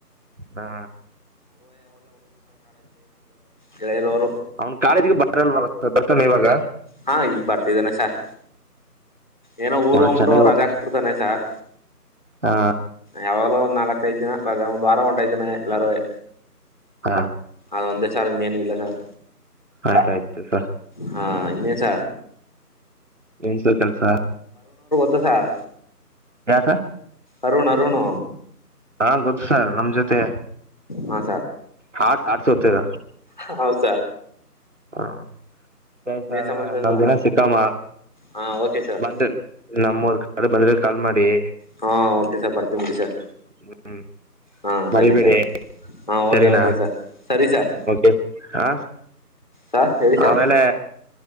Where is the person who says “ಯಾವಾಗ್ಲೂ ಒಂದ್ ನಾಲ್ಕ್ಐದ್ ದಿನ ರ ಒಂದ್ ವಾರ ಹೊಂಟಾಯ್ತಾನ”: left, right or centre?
Left